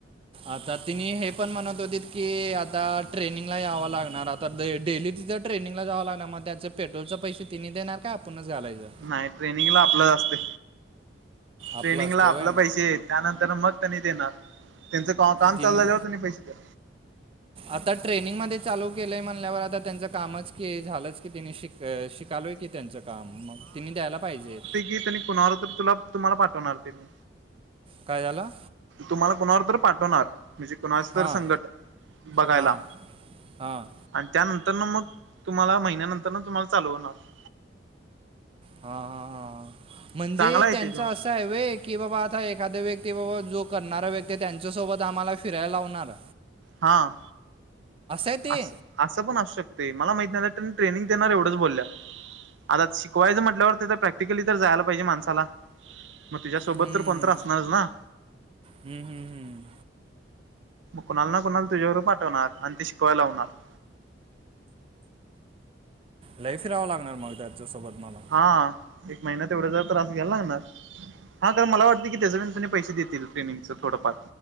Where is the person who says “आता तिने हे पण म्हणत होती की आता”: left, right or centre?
Right